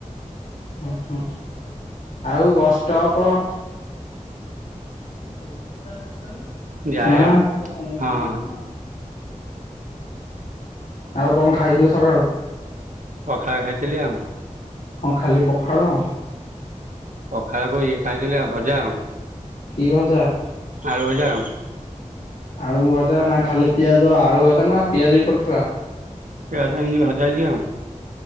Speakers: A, on the left; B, on the right.
A: ହଁ ହଁ ଆଉ ବସ୍ ଷ୍ଟପ <unintelligible>
B: ଯାଏ ଆଉ ହଁ
A: ଆଉ ଙ୍କ ଖାଇଥିଲୁ ସକାଳୁ?
B: ପଖାଳ ଖାଇଥିଲି ଆଉ।
A: ଙ୍କ ଖାଲି ପଖାଳ?
B: ପଖାଳକୁ ଇ ଖାଇ--ଲି ଭଜା ଆଉ।
A: କି ଭଜା?
B: ଆଳୁ ଭଜା-।
A: ଆଳୁ ଭଜା ନା, ଖାଲି ପିଆଜ ଆଳୁ ଭଜା ନା ପିଆଜ ବି ପ--ଥିଲା।
B: <inaudible>